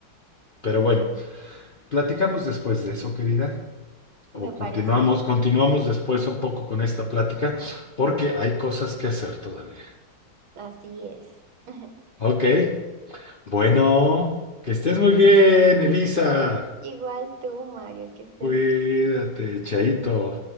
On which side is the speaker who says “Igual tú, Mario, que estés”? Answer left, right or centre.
Right